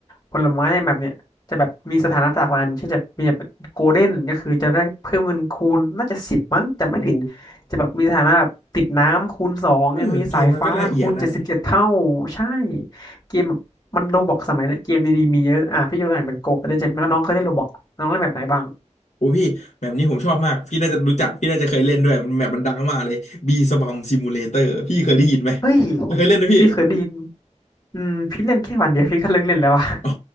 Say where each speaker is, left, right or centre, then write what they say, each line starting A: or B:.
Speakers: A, on the left; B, on the left.
A: ผลไม้ในแบบเนี้ยจะแบบมีสถานะต่างกันเช่นจะมีแบบโกลเด้นก็คือจะได้เพิ่มเงินคูณน่าจะสิบมั้งจำไม่ผิด
B: โอ้
A: จะแบบมีสถานะแบบติดน้ำคูณสองเนี่ยมีสายฟ้าคูณเจ็ดสิบเจ็ดเท่า
B: เออเกมมันก็ละเอียดนะ
A: ใช่เกมแบบมันโรบอกสมัยเนี้ยเกมดีๆมีเยอะอ่ะพี่ยกตัวอย่างเป็นโกลเด้นใช่ไหมแล้วน้องเคยเล่นโรบอกน้องเล่นแบบไหนบ้าง
B: โอ้พี่แบบนี้ผมชอบมากพี่น่าจะรู้จักพี่น่าจะเคยเล่นด้วยมันแบบมันดังมากเลยบีสบัมซิมูเลเตอร์พี่เคยได้ยินไหม
A: เฮ้ย
B: เคยเล่นไหมพี่
A: พี่เคยได้ยินอืมพี่เล่นแค่วันเดียวพี่ก็เลิกเล่นแล้วอะ
B: โอ้